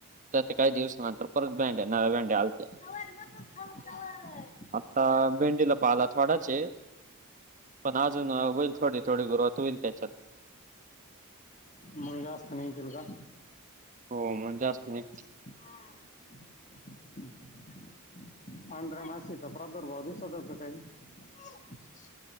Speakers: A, on the right (about 35°); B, on the left (about 35°).
A: तर ते काही दिवस नंतर परत भ्यान भेंड्या आलत्या.
B: <inaudible> <inaudible>
A: आता भेंडीला पाला थोडाच हे पण अजून होईल थोडी थोडी सुरवात होईल त्याच्यात
B: मग जास्तीन येतील का?
A: हो म जास्त मिळतील.
B: हा <unintelligible>